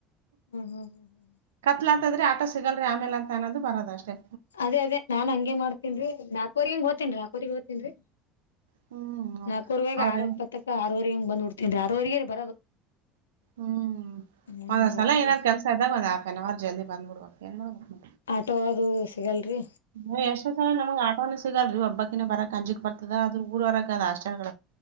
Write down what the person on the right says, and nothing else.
ಕತ್ಲೂ ಆಟದ್ರಿ ಆಟೋ ಸಿಗಲ್ರಿ ಆಮೇಲೆ ಅಂತ ಅನ್ನೋದು ಬರದ ಅಷ್ಟೇ.
ಹ್ಮ್
ಅವ್ರೇನ್
ಹ್ಮ್
ಒಂದ್ಸಲ
ಏನಾದ್ ಕೆಲ್ಸ ಇದ್ದಾಗ ಒಂದ್ ಆಫನ್ ಅವರ್ ಜಲ್ದಿ ಬಂದ್ಬಿಡ್ಬೇಕು ಏನ್ ಮಾಡ್ಬ ಬೇಕು.
ನೀ ಎಷ್ಟ ಸಲ ನನಗೆ ಆಟೋನೆ ಸಿಕ್ <unintelligible> ಒಬ್ಬಕ್ಕಿನ ಬರಕ್ ಅಂಜಿಕ್ ಬರ್ತದ ಅದು ಊರ್ ಹೊರಗ ಆದ ಹಾಸ್ಟೆಲ್.